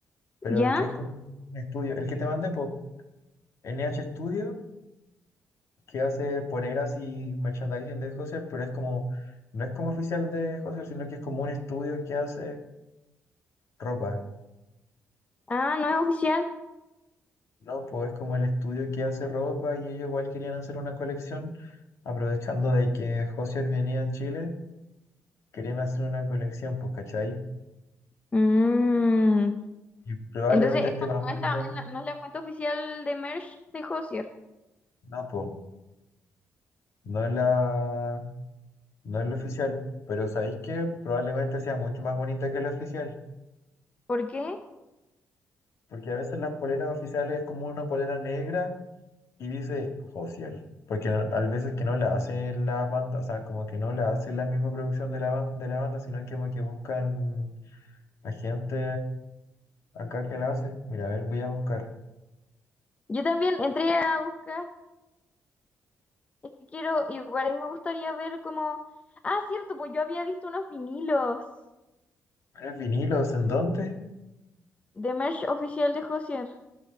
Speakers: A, on the left (about 60°); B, on the left (about 25°).
A: pero
B: ¿Ya?
A: que es como un estudio. El que te mandé, pues, NH Studio, que hace poleras y merchandising de Husser, pero es como, no es como oficial de Husser, sino que es como un estudio que hace ropa.
B: Ah, no es oficial.
A: No, pues es como el estudio que hace ropa y ellos igual querían hacer una colección, aprovechando de que Josier venía a Chile, querían hacer una colección, pues, ¿cachai?
B: Mm,
A: Y probablemente
B: Entonces, eso
A: esté más
B: no
A: bonita,
B: es la, es la- no es la cuenta oficial de merch de Hozier.
A: no, pues, no es la, no es la oficial, pero ¿sabéis que Probablemente sea mucho más bonita que la oficial,
B: ¿Por qué?
A: porque a veces las poleras oficiales es como una polera negra y dice Josier, porque a a veces que no la hace la banda, o sea, como que no la hace la misma producción de la, ba- de la banda, sino que como que buscan Hay gente acá que la hace. Mira, a ver, voy a buscar.
B: Yo también entré a buscar, es que quiero, igual me gustaría ver como... Ah, cierto, pues yo había visto unos vinilos
A: ¿Eres vinilos? ¿En dónde?
B: de merch oficial de Hozier.